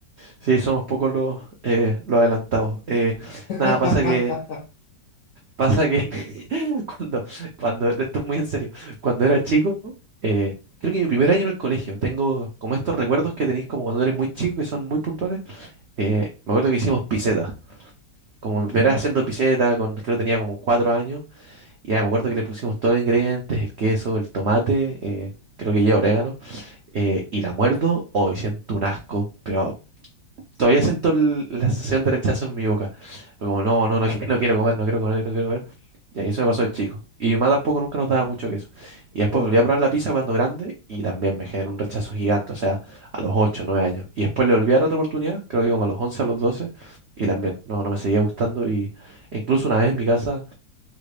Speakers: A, on the right (about 80°); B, on the left (about 75°).
A: sí, somos pocos los, eh, los adelantados. Eh, nada,
B: <laughs>
A: pasa que, pasa que <laughs> cuando, cuando, esto es muy en serio, cuando era chico, eh, creo que mi primer año en el colegio, tengo como estos recuerdos que tenéis como cuando eres muy chico que son muy puntuales. Eh, me acuerdo que hicimos piseta. Como
B: Ya,
A: me era haciendo piseta, con, creo que tenía como cuatro años. Y ya me acuerdo que le pusimos todos los ingredientes, el queso, el tomate, eh, creo que lleva orégano. eh, y la muerdo, o me siento un asco, pero Todavía siento el- la sensación de rechazo en mi boca. Fue Como, no, no, no, qui- no quiero comer, no quiero comer, no quiero comer. Y ahí eso me pasó de chico. Y mi mamá tampoco nunca nos daba mucho queso. Y después
B: pero...
A: volví a probar la pizza cuando grande y también me generó un rechazo gigante, o sea, a los 8 9 años. Y después le volví a dar otra oportunidad, creo que como a los 11 a los 12 y también no, no me seguía gustando. Y e incluso una vez en mi casa,